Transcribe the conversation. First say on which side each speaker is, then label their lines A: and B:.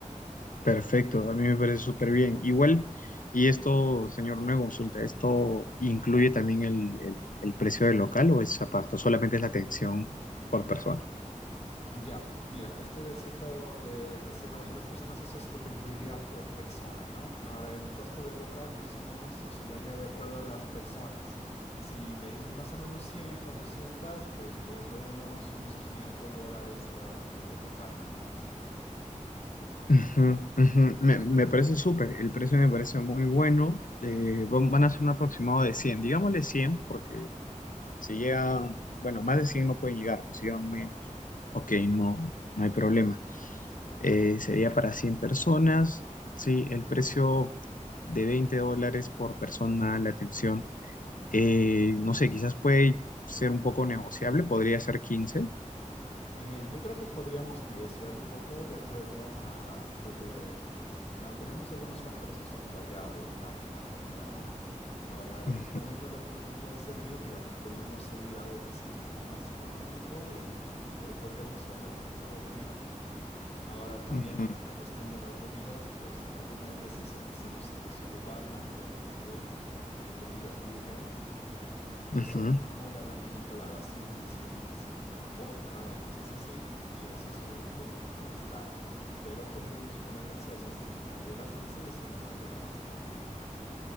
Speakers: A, on the left (about 85°); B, on the left (about 55°).
A: Perfecto, a mí me parece súper bien. Igual, y esto, señor, una consulta, ¿esto incluye también el, el- el precio del local o es aparte? ¿O Solamente es la atención por persona.
B: Ya, pues mira, este de 100, de, de 100 a 200 personas, eso es lo que incluiría por persona, ¿no? Ahora, el costo del local más o menos oscilaría de acuerdo a las personas. Si me dices más o menos 100 o 200, pues puede ser unos, unos 500 dólares la- del local nada más.
A: Ujú, ujú. Me, me parece súper, el precio me parece muy bueno. Eh, van, van a ser un aproximado de cien digámosle 100 porque si llegan, bueno, más de 100 no pueden llegar, pero si llegan menos, ok, no, no hay problema. eh, sería para 100 personas. Sí, el precio de 20 dólares por persona la atención. eh, no sé, quizás puede ser un poco negociable, podría ser quince.
B: Eh, yo creo que podríamos negociar un poco de acuerdo a, a lo que a- tenemos algunos factores que son variables, digamos, la comida, ¿no? Ahora,
A: Mm,
B: dependiendo de lo que usted quiera servir, digamos, podríamos servir algo que sea un poco más económico y, y ahí podríamos ahorrar un poco de dinero. Ahora, también
A: ujú.
B: con la cuestión de las bebidas, pues algunas veces ofrecemos servicio de barman, obviamente eh, bebidas virgen que
A: Ujú.
B: son como la, la piña colada sin, sin, sin el vodka y cosas así, y eso es obviamente un poquito más caro, pero podríamos poner gaseosas en el medio de las mesas y eso nos saldría más económico.